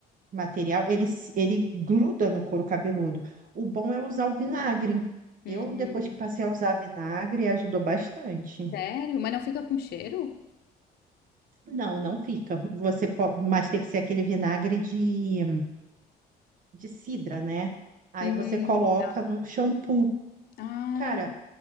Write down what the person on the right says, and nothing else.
material, ele, se- ele gruda no couro cabeludo. O bom é usar o vinagre.
Eu, depois que passei a usar vinagre, ajudou bastante.
Não, não fica. Você pode, mas tem que ser aquele vinagre de, de cidra, né? Aí
você coloca no shampoo.
Cara,